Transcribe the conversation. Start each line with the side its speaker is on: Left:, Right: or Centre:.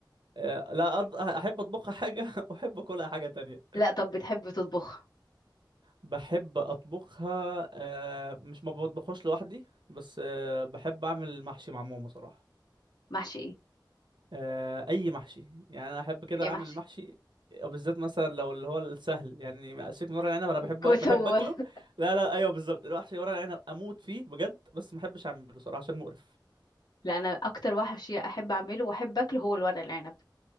Right: آه، لا أض... احب اطبخها حاجه <laughs> واحب اكلها حاجه تانية
Left: لا طب بتحب تطبخها
Right: بحب اطبخها آه، مش ما بطبخوش لوحدي بس آه، بحب اعمل محشي مع ماما صراحه
Left: محشي ايه
Right: آه، اي محشي يعني انا احب كده
Left: ايه
Right: اعمل
Left: محشي
Right: المحشي وبالذات مثلا لو اللي هو السهل يعني سيبك من ورق العنب انا بحب بحب
Left: كوسة <laughs> وورق.
Right: اكله لا لا ايوه بالظبط المحشي ورق العنب اموت فيه بجد بس ما بحبش اعمله صراحه عشان مقرف
Left: لا أنا أكتر محشي أحب أعمله وأحب أكله هو الورق العنب